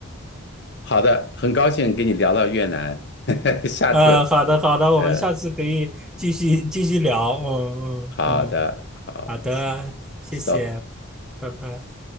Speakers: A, on the left (about 50°); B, in the centre.
A: 好的，很高兴跟你聊到越南，<laughs> 下次
B: 呃，好的，好的，我们下次可以继续继续聊，
A: 呃，
B: 嗯嗯嗯，
A: 好的，好
B: 好的，谢谢，
A: ，stop。
B: 拜拜。